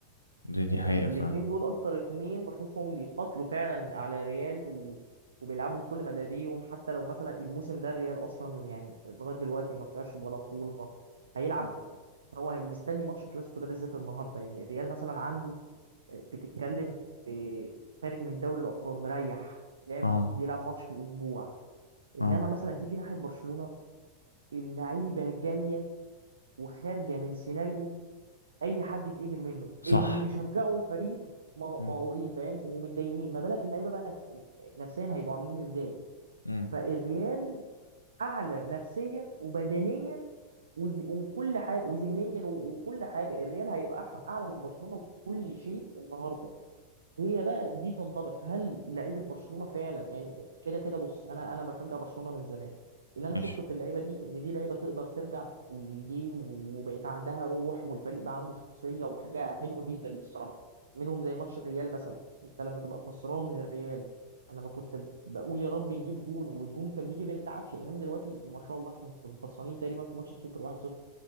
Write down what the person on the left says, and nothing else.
دي
دي حقيقة
فعلا
آه.
اه
اه
صح
مم.
مم.
ماشي